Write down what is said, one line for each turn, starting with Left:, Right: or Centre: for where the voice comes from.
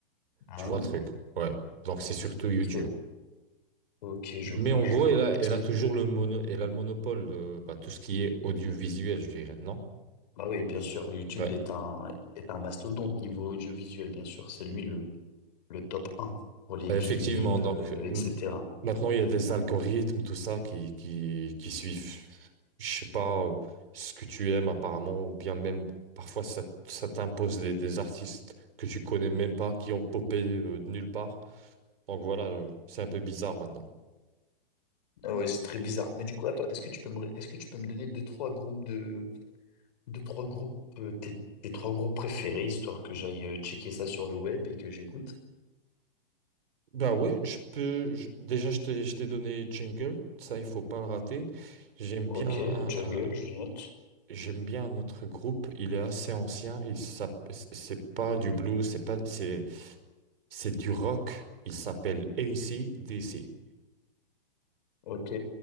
Left: Ah,
Right: tu vois le truc. Ouais. Donc c'est surtout YouTube.
Left: parce que- ok, je
Right: Mais
Left: vois,
Right: en
Left: je
Right: gros,
Left: vois.
Right: elle a,
Left: Parce
Right: elle
Left: que,
Right: a toujours le mono, elle a le monopole de bah, tout ce qui est audiovisuel, je dirais, non?
Left: bah oui, bien sûr, YouTube
Right: Ouais.
Left: est un, est un mastodonte niveau audiovisuel, bien sûr. C'est lui le, le top un pour les
Right: Effectivement,
Left: clips,
Right: donc
Left: euh,
Right: m-
Left: etc.
Right: maintenant il y a des algorithmes, tout ça qui, qui, qui suivent, je sais pas, euh, ce que tu aimes apparemment, ou bien même parfois ça, ça t'impose des, des artistes que tu connais même pas, qui ont popé euh, de nulle part. Donc voilà, euh, c'est un peu bizarre maintenant.
Left: Ah Ouais, c'est très bizarre. Mais du coup, attends, est-ce que tu peux me, est-ce que tu peux me donner deux, trois groupes de, deux, trois groupes, euh, tes, tes trois groupes préférés, histoire que j'aille euh, checker ça sur le web et que j'écoute?
Right: Bah ouais, je peux. je- déjà, je t'ai, je t'ai donné Jingle, ça il faut pas le rater. J'aime
Left: Ok,
Right: bien un,
Left: jungle,
Right: un-
Left: je note.
Right: j'aime bien un autre groupe. Il est assez ancien. Il s'app- c'est pas du blues, c'est pas, c'est C'est du rock. Il s'appelle AC/DC.
Left: Ok,